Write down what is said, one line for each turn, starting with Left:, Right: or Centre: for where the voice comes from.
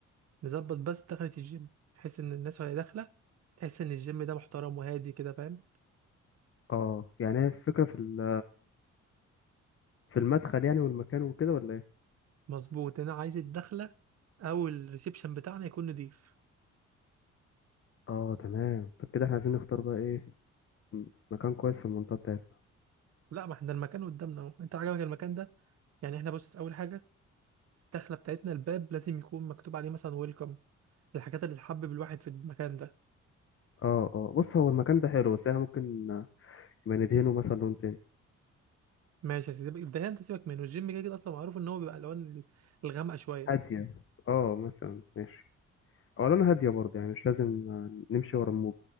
Right: نظبط بس دخلة الجيم بحيث ان الناس وهي داخله تحس ان الجيم ده محترم وهادي كده فاهم
Left: اه يعني هي الفكرة في ال- في المدخل يعني والمكان وكده ولا ايه
Right: مظبوط انا عايز الدخله او الريسبشن بتاعنا يكون نضيف
Left: اه تمام طب كده احنا عايزين نختار بقى ايه م- مكان كويس في المنطقة بتاعتنا
Right: لا ما احنا المكان قدامنا اهو انت عجبك المكان ده يعني احنا بص اول حاجه الدخله بتاعتنا الباب لازم يكون مكتوب عليه مثلا ويلكم الحاجات اللي تحبب الواحد في المكان ده
Left: اه اه بص هو المكان ده حلو بس احنا ممكن آه، يبقى ندهنه مثلا لون تاني
Right: ماشي يا سيدي الدهان انت سيبك منه الجيم كده كده اصلا معروف ان هو بيبقى الوان الغامقه شويه
Left: هادية اه مثلا ماشي او لون هادية برضه يعني مش لازم آه، نمشي ورا الموج